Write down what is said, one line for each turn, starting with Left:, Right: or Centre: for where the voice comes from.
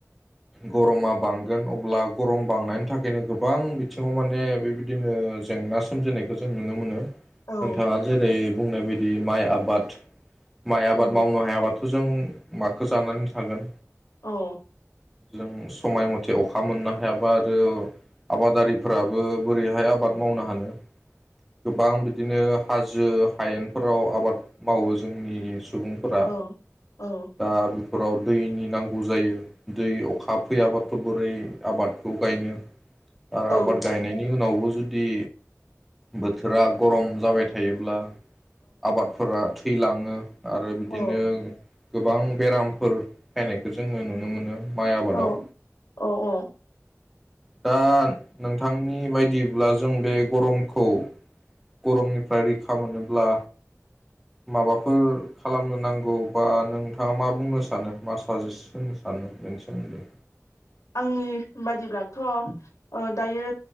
Centre: गरमा बांगोन अब्ला गरम बांनायनि थाखायनो गोबां बिथिङाव माने बेबायदिनो जेंना सोमजिनायखौ जों नुनो मोनो
Left: औ
Centre: नोंथाङा जेरै बुंनाय बायदि माइ आबाद माइ आबाद
Left: औ
Centre: मावनो हायाबाथ जों माखो जानानै थागोन
Left: औ
Centre: जों समाय मथे अखा मोननो हायाबा आरो आबादारिफोराबो बोरैहाय आबाद मावनो हानो गोबां बिदिनो हाजो हायेनफोराव आबाद मावो जोंनि सुबुंफोरा
Left: औ औ
Centre: दा बे फोराव दैनि नांगौ जायो दै अखा फैयाबाथ बोरै आबादखौ गायनो आरो
Left: औ
Centre: आबाद गायनायनि उनावबो जुदि बोथोरा गरम जाबाय थायोब्ला आबादफोरा थैलाङो आरो बिदिनो
Left: औ
Centre: गोबां बेरामफोर फायनायखौ जोङो नुनो मोनो माइ आबादाव
Left: औ औ औ
Centre: दा नोंथांनि बायदिब्ला जों बे गरमखौ गरमनिफ्राय रैखा मोनोब्ला माबाफोर खालामनो नांगौ बा नोंथाङा मा बुंनो सानो मा साजेस होनो सानो बेनि सोमोन्दै
Left: आंनि बादिब्लाथ दायो